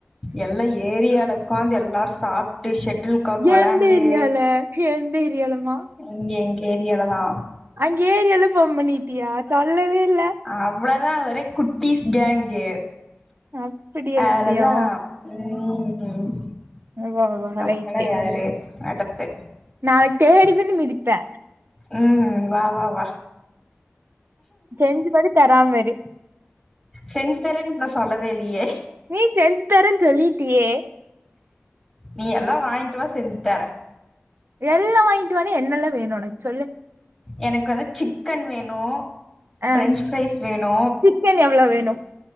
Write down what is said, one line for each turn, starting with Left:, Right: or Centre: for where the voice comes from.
Centre: எல்லா ஏரியால உக்கார்ந்து எல்லாரு சாப்பிட்டு ஷட்டல்காக் வெளாண்டு
Right: எந்த ஏரியால எந்த ஏரியாலமா
Centre: இங்க எங்க ஏரியால தா
Right: அங்க ஏரியால்லா பார்ம் பண்ணிட்டியா சொல்லவே இல்ல
Centre: அவ்வளதா ஒரே குட்டிஸ் கேங்கு
Right: அப்படியா
Centre: அவ்வளதா
Right: விஷயோ
Centre: ம்
Right: வா வா
Centre: நம்மல்லா
Right: ரைட்டு
Centre: யாரு அடப்பு
Right: நாளைக்கு தேடிவந்து மிதிப்பே
Centre: ம் வா வா வா
Right: செஞ்சு மட்டு தராம இரு
Centre: செஞ்சு தரேன்னு நா சொல்லவே இல்லயே
Right: நீ செஞ்சு தரேன்னு சொல்லிட்டியே
Centre: நீ எல்லா வாங்கிட்டு வா செஞ்சு தரே
Right: எல்லா வாங்கிட்டு வானா என்னெல்லா வேணு ஒனக்கு சொல்லு
Centre: எனக்கு வந்து சிக்கன் வேணு
Right: ஆ
Centre: பிரஞ்சு ஃப்ரைஸ் வேணு
Right: சிக்கன் எவ்ளோ வேணு